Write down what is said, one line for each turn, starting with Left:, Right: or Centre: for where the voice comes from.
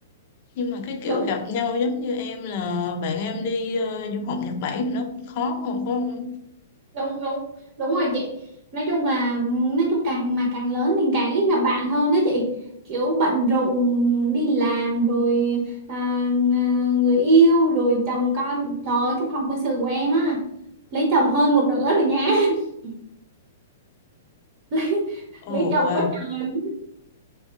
Left: nhưng mà cái kiểu
Right: đúng
Left: gặp nhau giống như em là bạn em đi ờ, du học Nhật Bản thì nó cũng khó mà phải không
Right: đúng đúng đúng rồi chị nói chung là nói chung càng mà càng lớn mình càng ít gặp bạn hơn đó chị kiểu bận rộn đi làm rồi à, à, người yêu rồi chồng con trời ơi cái phòng quân sự của em á lấy chồng hơn một nửa rồi nha <laughs> lấy
Left: Ồ
Right: lấy chồng
Left: wow
Right: quá trời